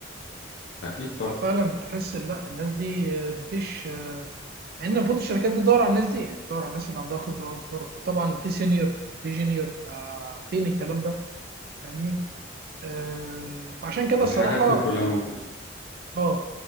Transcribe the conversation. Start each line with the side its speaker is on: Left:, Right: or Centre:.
Left: اكيد طبعا
Right: ففعلا تحس ان لا الناس دي آه، مفيش آه، مع ان المفروض الشركات دي تدور على الناس دي يعني تدور على الناس اللي عندها خبره اكبر وطبعا في سينيور في جونيور آه، فين الكلام ده فاهمني آه، فعشان كده
Left: الحاجات
Right: الصراحه
Left: دي
Right: اه
Left: كلها موجودة
Right: آه،